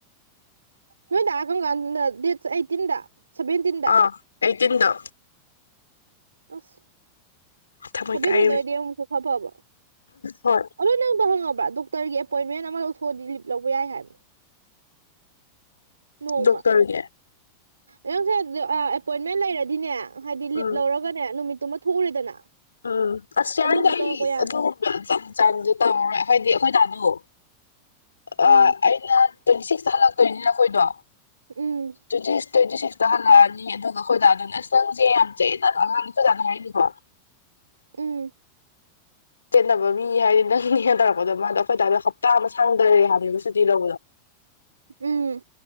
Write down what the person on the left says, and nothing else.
ꯑꯥ ꯑꯩꯠꯇꯤꯟꯗ
ꯊꯃꯣꯏ
ꯀꯥꯏ
ꯍꯣꯏ
ꯗꯣꯛꯇꯔꯒꯤ
ꯎꯝ
ꯑ ꯑꯁ ꯌꯥꯔꯅꯤꯗ
ꯑꯩ
ꯑꯗꯨ ꯕꯑꯥꯟ ꯆꯟ ꯆꯥꯟꯗꯤ ꯇꯧꯔꯔꯣꯏ ꯑꯍꯥꯏꯗꯤ ꯑꯩꯈꯣꯏ ꯗꯥꯗꯣ ꯑꯥ
ꯑꯩ ꯑꯩꯅ ꯇ꯭ꯋꯦꯟꯇꯤ ꯁꯤꯛꯁꯇ ꯍꯜꯂꯛꯇꯣꯏꯅꯤꯅ ꯑꯩꯈꯣꯏꯗꯣ
ꯇ꯭ꯋꯦꯟꯇꯤꯁ ꯇ꯭ꯋꯦꯟꯇꯤ ꯁꯤꯛꯁ ꯇꯥꯍꯜꯂꯛꯑꯅꯤ ꯑꯗꯨꯒ ꯑꯩꯈꯣꯏ ꯗꯥꯗꯨꯅ ꯑꯁ ꯅꯪꯁꯦ ꯌꯥꯝ ꯆꯌꯦꯠꯅꯕ ꯑꯉꯥꯡꯅꯤ ꯆꯠꯖꯥꯅ ꯍꯥꯏꯔꯛꯏꯅꯤꯀꯣ
ꯆꯦꯟꯅꯕ ꯃꯤ ꯍꯥꯏꯗꯤ ꯅꯪꯅꯤꯍꯦ‌ ꯇꯧꯔꯛꯄꯗꯣ ꯃꯥꯗꯣ ꯑꯩꯈꯣꯏ ꯗꯥꯗꯣ ꯍꯞꯇꯥ ꯑꯃ ꯁꯥꯡꯗꯔꯦ ꯍꯥꯏꯕꯅꯦꯕ ꯁꯨꯇꯤ ꯂꯧꯕꯗꯣ